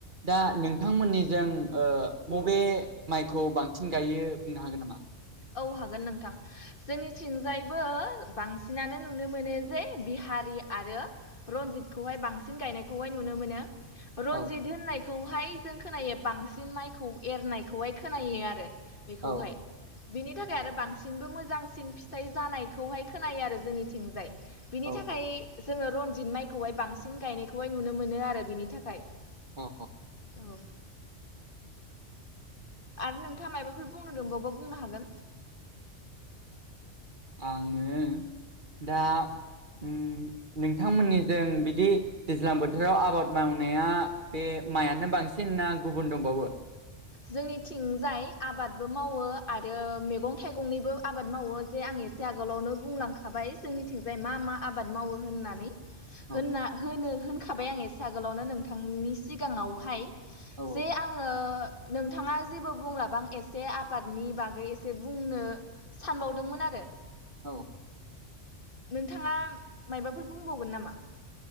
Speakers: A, on the right; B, on the left.
A: दा नोंथांमोननिजों बबे माइखौ बांसिन गायो बुंनो हागोन नामा?
B: औ हागोन नोंथां जोंनिथिंजायबो बांसिनानो नुनो मोनो जे बिहारि आरो रनजितखौहाय बांसिन गायनायखौहाय नुनो मोनो रनजित
A: औ
B: होननाय खौहाय जों खोनायो बांसिन माइखौ एरनायखौहाय खोनायो आरो बेखौहाय।
A: औ
B: बिनि थाखाय आरो बांसिनबो मोजांसिन फिथाइ जानायखौहाय खोनायो आरो जोंनिथिंजाय। बिनि
A: औ
B: थाखाय जोङो रनजित माइखौहाय बांसिन गायनायखौहाय नुनो मोनो आरो बिनि थाखाय।
A: <unintelligible>
B: औ आरो नोंथाङा मायबाफोर बुंनो दंबावबा बुंनो हागोन।
A: आङो दा उम नोंथांमोननिजों बिदि दैज्लां बोथोराव आबाद मावनाया बे माइानो बांसिन ना गुबुन दंबावो?
B: जोंनिथिंजाय आबादबो मावो आरो मैगं थाइगंनिबो आबाद मावो जे आं एसे एसे आगोलावनो बुंलांखाबाय जोंनिथिंजाय मा मा आबाद मावो होननानै।
A: औ
B: होनना होनो होनखाबाय आं एसे आगोलावनो नोंथांनि सिगाङावहाय।
A: औ
B: जे आङो नोंथाङा जेबो बुंलाबा आं एसे आबादनि बागै एसे बुंनो सानबावदोंमोन आरो।
A: औ
B: नोंथाङा माइबाफोर बुंबावगोन नामा?